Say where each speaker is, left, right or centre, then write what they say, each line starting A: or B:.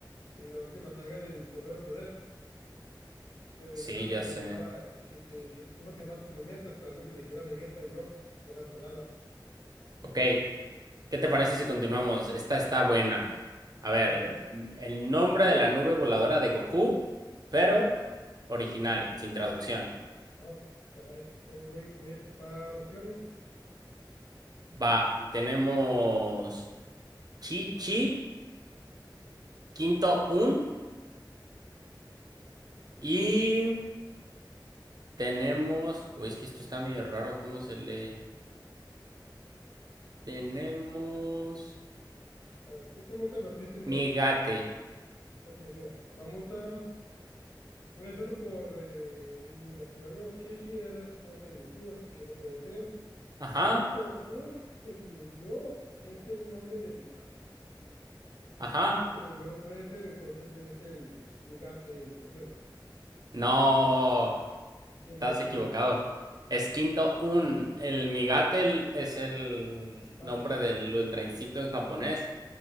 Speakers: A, on the left (about 50°); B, on the right (about 55°).
A: en la última saga del Torneo de Poder, que Vegeta
B: Sí,
A: le
B: ya
A: preguntaba
B: sé.
A: que, que, que si- cómo se llama su planeta, esperando que le dijera Vegeta y no, que era Sadala.
B: Ok. ¿Qué te parece si continuamos? Esta está
A: A
B: buena.
A: ver, a
B: A
A: ver,
B: ver,
A: a ver.
B: el nombre de la nube voladora de Goku, pero original, sin traducción.
A: Ah, caray. Ey, voy, voy a ocupar opciones.
B: Va, tenemos Chi Chi, Quinto Un y tenemos... Uy, es que esto está medio raro, ¿cómo se lee? Tenemos
A: A ver, tú coméntalo así sin miedo.
B: Migate.
A: Ok, mira, vamos a... Voy a hacerlo por eh, eliminación, ¿no? Chichi es la esposa de Goku, así que no puede ser.
B: Ajá,
A: Quinto, un, según yo, es el nombre del Baku.
B: ajá.
A: Así que según yo no puede ser, entonces es el Nigate, el tercero.
B: No.
A: ¿Quién
B: Estás
A: era? ¿Cómo
B: equivocado.
A: era?
B: Es Quinto Un. El Migatel es el
A: Báculo.
B: nombre del Ultra Instinto en japonés.